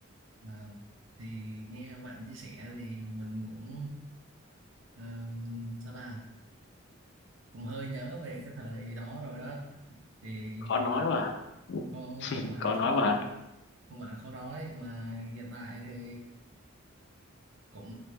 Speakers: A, on the right; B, on the left.
A: ờ, thì nghe bạn chia sẻ thì mình cũng ờ, sao ta cũng hơi nhớ về cái thời đó rồi đó. Thì
B: khó
A: hiện
B: nói
A: tại
B: quá hả
A: không
B: <laughs>
A: không phải
B: khó
A: là
B: nói
A: khó nói,
B: quá hả
A: không phải là khó nói mà hiện tại thì cũng